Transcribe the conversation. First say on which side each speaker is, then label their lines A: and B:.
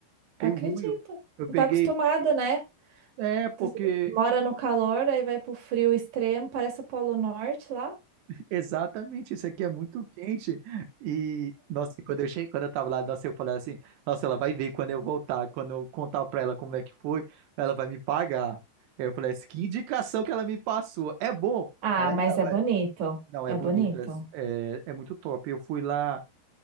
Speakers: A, on the right; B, on the right.
A: Fiquei
B: Acredita.
A: ruim. Eu, eu
B: Não
A: peguei.
B: tá acostumada, né?
A: É, porque
B: Tá- Mora no calor, aí vai pro frio extremo, parece o Polo Norte lá.
A: Exatamente, isso aqui é muito quente. E, nossa, quando eu cheguei, quando eu tava lá, nossa, eu falei assim, nossa, ela vai ver quando eu voltar, quando eu contar pra ela como é que foi, ela vai me pagar. Eu falei assim, que indicação que ela me passou. É bom,
B: Ah,
A: é legal,
B: mas é bonito.
A: é. Não, é
B: É
A: bonito,
B: bonito.
A: é, é, é muito top. Eu fui lá.